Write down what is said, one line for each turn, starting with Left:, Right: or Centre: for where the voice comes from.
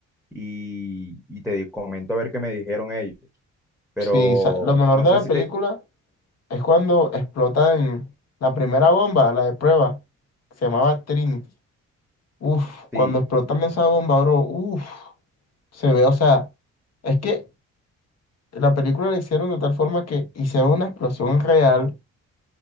Centre: y, y te di- comento a ver qué me dijeron ellos. Pero
Left: Sí, sa- lo mejor
Centre: no
Left: de
Centre: sé
Left: la
Centre: si
Left: película
Centre: te...
Left: es cuando explotan la primera bomba, la de prueba, que se llamaba Trinity. Uf,
Centre: Sí,
Left: cuando explotan esa bomba, bro, uf, se ve, o sea, es que la película la hicieron de tal forma que hicieron una explosión real